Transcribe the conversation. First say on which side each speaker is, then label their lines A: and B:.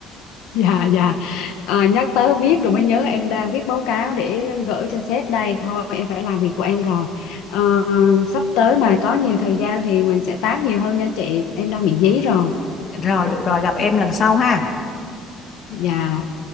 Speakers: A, on the left; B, on the left.
A: dạ dạ à, nhắc tới viết rồi mới nhớ em đang viết báo cáo để gửi cho sếp đây thôi em phải làm việc của em rồi Ờ, sắp tới mà có nhiều thời gian thì mình sẽ tám nhiều hơn nha chị em đang bị dí rồi
B: Rồi được rồi gặp em lần sau ha.
A: dạ